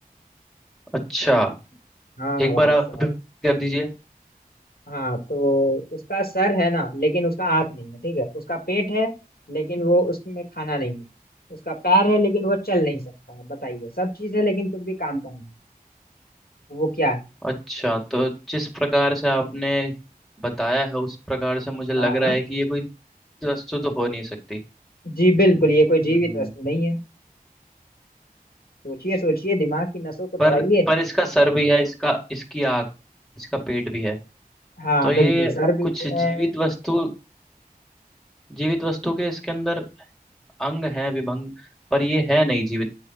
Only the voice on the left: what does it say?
हाँ
भाई
साहब
हाँ तो उसका सर है ना लेकिन उसका आँख नहीं है ठीक है उसका पेट है लेकिन वो उसमें खाना नहीं है उसका पैर है लेकिन वो चल नहीं सकता है बताइए सब चीज़ है लेकिन कुछ भी काम का नहीं है वो क्या है
हाँ
जी बिल्कुल ये कोई जीवित
वस्तु नहीं है सोचिए सोचिए दिमाग की नसों को दौड़ाइए
हाँ
बिल्कुल सर भी
है